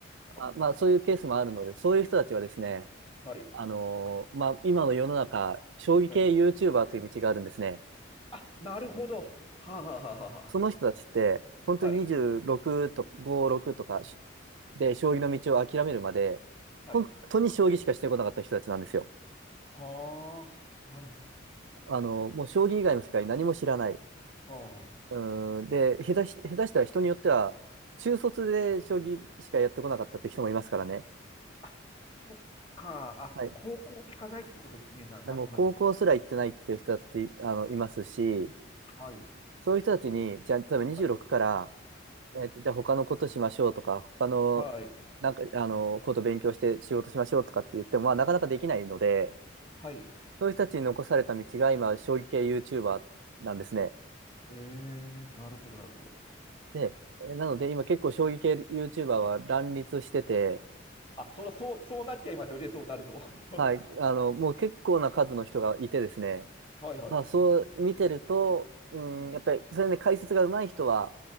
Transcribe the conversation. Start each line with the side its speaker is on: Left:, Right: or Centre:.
Right: あ、まあ、
Left: あ
Right: そういうケースもあるので、そういう人たちはですね、
Left: あ、はい。
Right: あのまあ、今の世の中、将棋系
Left: はい。
Right: YouTuber という道があるんですね。
Left: あ、なるほど。はあ、はあ、はあ、は
Right: その人たちって、本当に26と5、
Left: あ。はい。
Right: 6とかしで、将棋の道を諦めるまで、
Left: はい。
Right: 本当に将棋しかしてこなかった人たちなんですよ。
Left: はあ、なるほ
Right: あの、もう将棋以外の世界何も知らない。
Left: ど。あ
Right: うーん、で、下手し、下手したら人によっては、中卒で将棋しかやってこなかったっていう人もいますからね。
Left: あ。あ、そっか。あ、
Right: はい。
Left: 高校行かないってことですね。な、なるほど、
Right: でもう高校すら行ってないっていう人だって、
Left: なるほど。
Right: あの、いますし、
Left: はい。
Right: そういう人たちに、じゃあ、例えば26から
Left: はい。
Right: えっと、じゃあ他のことしましょうとか、他の、
Left: はい。
Right: なんか、あの、こと勉強して仕事しましょうとかって言っても、まあ、なかなかできないので、
Left: はい。
Right: そういう人たちに残された道が今、将棋系 YouTuber なんですね。
Left: ええー、なるほど、なるほど。
Right: で、えなので今結構将棋系 YouTuber は乱立してて、
Left: あ、そら、そう、そうなっちゃいますよね。そうなると。<laughs>
Right: はい、あの、もう結構な数の人がいてですね、
Left: はい、はい。
Right: まあ、そう見てると、うん、
Left: うん
Right: やっぱり、それで解説が上手い人は、